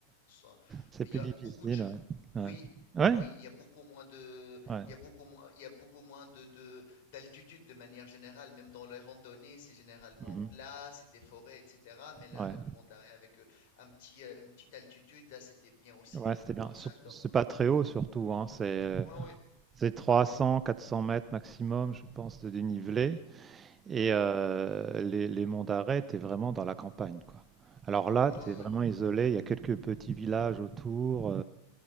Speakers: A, on the left; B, on the right.
A: ça-
B: C'est
A: il
B: plus
A: y a
B: difficile.
A: beaucoup de choses.
B: Ouais.
A: Oui,
B: Ouais.
A: oui,
B: Ouais.
A: il y a beaucoup moins de,
B: Ouais.
A: il y a beaucoup moins, il y a beaucoup moins de, de- d'altitude de manière générale. Même dans les randonnées, c'est généralement
B: Mhm.
A: plat, c'est des forêts, etc. Mais là,
B: Ouais.
A: avec le Mont d'Arrée, avec un petit, heu, une petite altitude, là, c'était bien aussi
B: Ouais,
A: de
B: c'était
A: de voir
B: bien. Surtout-
A: ça donc
B: c'est pas très haut, surtout. Hein. C'est
A: ouais, ouais,
B: c'est trois cents, quatre cents mètres maximum, je pense, de dénivelé. Et
A: mmh,
B: euh, les, les monts d'arrêt, t'es vraiment dans la campagne, quoi. Alors là,
A: mmh,
B: t'es
A: ouais,
B: vraiment
A: ouais.
B: isolé. Il y a quelques petits villages autour